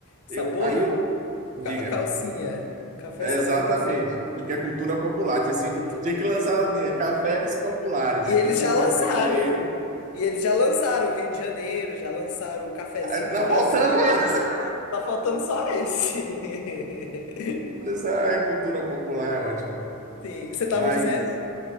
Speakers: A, on the left; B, on the right.
A: Sabor
B: eu, aí eu, diga,
A: ca- calcinha. Café
B: É,
A: sabor
B: exatamente,
A: calcinha.
B: porque é cultura popular. Tinha, assim,
A: Cultura.
B: tinha que lançar a linha cafés populares,
A: E
B: aí
A: eles
B: tem que
A: já
B: ter o
A: lançaram.
B: café mineiro.
A: E eles já lançaram o Rio de Janeiro, já lançaram o cafezinho
B: Aí,
A: do
B: Tá
A: Brasil.
B: faltando <laughs>
A: Tá faltando só esse. <laughs>
B: Essa é cultura popular é ótima.
A: Sim. Você tava
B: Mas
A: dizendo?